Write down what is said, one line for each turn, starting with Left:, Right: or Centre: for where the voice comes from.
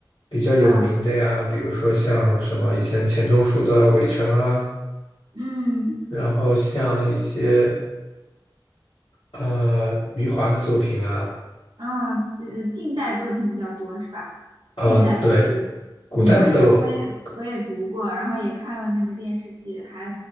Left: 比较有名的呀，
Right: 啊
Left: 比如说像什么以前钱钟书的《围城》啊，
Right: 嗯
Left: 然后像一些。呃，余华的作品啊，
Right: 啊，这近代作品比较多是吧？
Left: 呃，
Right: 近代的，
Left: 对，古代的我
Right: 嗯，《围城》我也我也读过，然后也看了那个电视剧，还